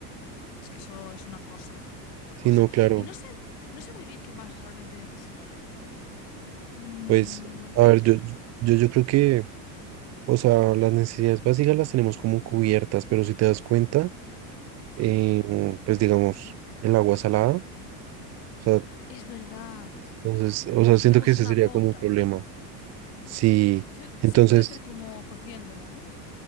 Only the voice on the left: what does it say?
Es que eso es una cosa, es una cosa.
Y no sé, no sé muy bien qué más realmente necesitaríamos. Mm,
ve-
uh,
sí,
es verdad.
Necesitamos
una
pota.
Eso
se puede hacer como cociéndola, ¿no?